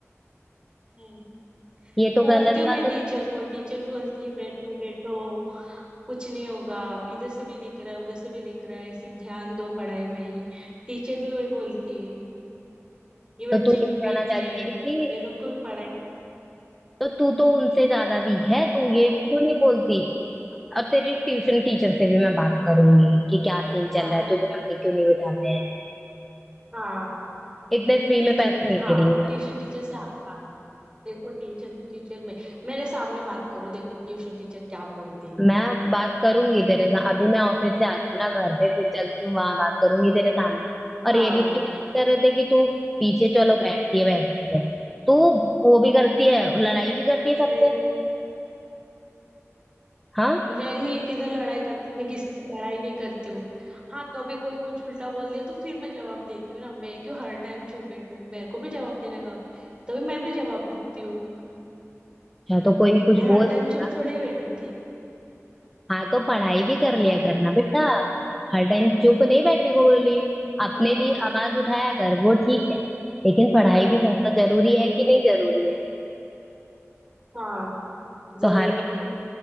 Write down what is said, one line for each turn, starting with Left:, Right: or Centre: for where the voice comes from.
Right: नहीं
Centre: ये तो
Right: बोलती
Centre: गलत
Right: हूँ
Centre: बात
Right: मैं
Centre: है
Right: टीचर
Centre: ना
Right: को टीचर बोलती है बैठो बैठो कुछ नहीं होगा इधर से भी दिख रहा है उधर से भी दिख रहा है सिर्फ ध्यान दो पढ़ाई में टीचर भी वही बोलती है ये बच्चे
Centre: तो तू
Right: भी
Centre: ये कहना
Right: वीक
Centre: चाहती
Right: है
Centre: है कि
Right: ये लोग को भी पढ़ाई की-
Centre: तो तू तो उनसे ज्यादा वीक है तू
Right: <laughs> हाँ
Centre: ये क्यों नहीं बोलती और तेरे ट्यूशन टीचर से भी मैं बात करूंगी कि क्या सीन
Right: हाँ
Centre: चल रहा है तुझे आगे क्यों नहीं बिठाते हैं
Right: हाँ
Centre: इतने फ्री
Right: टीचर
Centre: में पैसे नहीं
Right: हाँ
Centre: दे रही
Right: ट्यूशन टीचर से आप बात कीजिए। देखो ट्यूशन टीचर में मेरे सामने बात करो देखो ट्यूशन टीचर क्या बोलती
Centre: मैं बात करूंगी तेरे साथ अभी मैं ऑफिस
Right: है
Centre: से आती हूँ ना घर पे फिर चलती हूँ वहां बात करूंगी तेरे सामने और
Right: हाँ
Centre: ये भी शिकायत कर रहे थे कि तू पीछे चलो बैठती है बैठती है तू वो भी करती है लड़ाई भी करती है सबसे
Right: यस
Centre: हाँ
Right: नहीं किधर लड़ाई करती मैं किसी से लड़ाई नहीं करती हूँ हाँ कभी कोई कुछ उल्टा बोल दिया तो फिर मैं जवाब देती हूँ ना मैं क्यों हर टाइम चुप बैठूं मेरे को भी जवाब देने का हक- तभी मैं भी जवाब देती हूँ
Centre: अच्छा तो कोई कुछ
Right: मैं
Centre: बोल
Right: हर
Centre: सकता
Right: टाइम चुप थोड़ी बैठूंगी
Centre: हाँ तो पढ़ाई भी कर
Right: हाँ
Centre: लिया करना बेटा हर टाइम चुप नहीं बैठने को बोली अपने
Right: पढ़ाई
Centre: लिए आवाज उठाया कर वो ठीक है लेकिन पढ़ाई
Right: पढ़
Centre: भी करना जरूरी है कि नहीं जरूरी है
Right: हाँ जरूरी
Centre: तो हर बार
Right: है